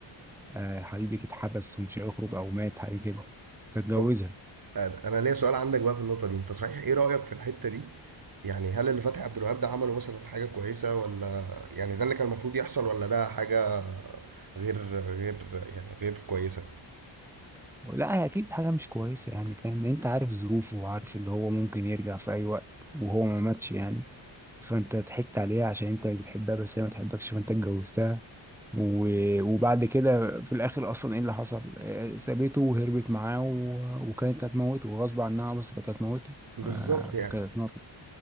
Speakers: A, in the centre; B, on the right (about 45°).
A: آه، حبيبك اتحبس ومش هيخرج او مات حاجه كده فتجوزها
B: طب أنا أنا ليا سؤال عندك بقى في النقطة دي أنت صحيح إيه رأيك في الحتة دي يعني هل اللي فتحي عبد الوهاب ده عمله مثلا حاجة كويسة ولا يعني ده اللي كان المفروض يحصل ولا ده حاجة غير غير يعني غير كويسة
A: لا هي اكيد حاجه مش كويسه يعني فاهم لأن انت عارف ظروفه وعارف اللي هو ممكن يرجع في اي وقت وهو ما ماتش يعني فانت ضحكت عليها عشان انت بتحبها بس هي ما تحبكش فانت اتجوزتها و- وبعد كده في الاخر اصلا ايه اللي حصل آه، سابته وهربت معاه و... وكانت هتموته غصب عنها بس كانت هتموته
B: بالظبط
A: آه،
B: يعني
A: كانت هتموته